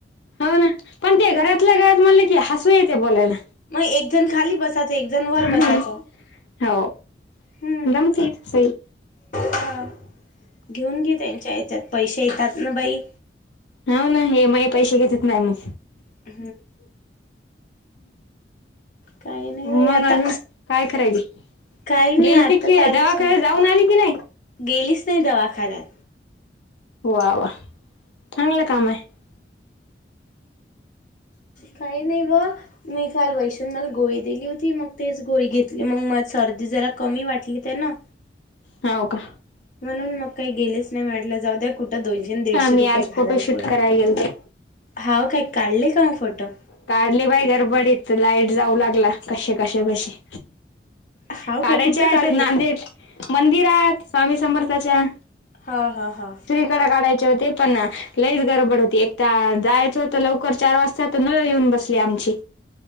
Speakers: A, on the left; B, on the left.
A: हो ना, पण ते घरातल्या
B: हम्म.
A: घरात म्हणले की हसू येते बोलायला.
B: मग एक जण खाली बस एक जण वर
A: हम्म
B: बसायच,
A: हो
B: हम.
A: जमते सई
B: ह घेऊन घे, त्यांच्या याच्यात पैसे येतात ना बाई.
A: हो ना, हे माई पैसे घेतेत नाही मग.
B: <unintelligible> <inaudible> काही नाही
A: मग
B: आत्ता
A: अजून काय करायली
B: काही नाही
A: गेलती
B: आता
A: की
B: आलीच,
A: दवाखान्यात जाऊन आली की नाही
B: गेलीच नाही दवाखान्यात.
A: वा वा. चांगलं काम आहे
B: काही नाही बा मी काल वैषण मला गोळी दिली होती, मग तेच गोळी घेतली मग म सर्दी जरा कमी वाटली त्यांन.
A: हव का.
B: म्हणून मग काही गेलेच नाही, म्हटलं जाऊ द्या कुठं दोनशे दीडशे
A: आम्ही
B: रुपये
A: आज
B: घालाय
A: फोटोशूट
B: पुरण
A: करायला
B: ते.
A: गेल तर
B: हाव काही काढले का मग फोटो.
A: काढले बाय गरबडीत लाईट जाऊ लागला कसे कसे कसे.
B: हाव
A: काढायच्या
B: काय कुठं
A: आहेत
B: काढले?
A: नांदेड मंदिरात स्वामी समर्थाच्या.
B: हा हां हां.
A: काढाय हो पण लच गडबड होती, एक जायचं होत लवकर चार वाजता. येऊन बसली आमची.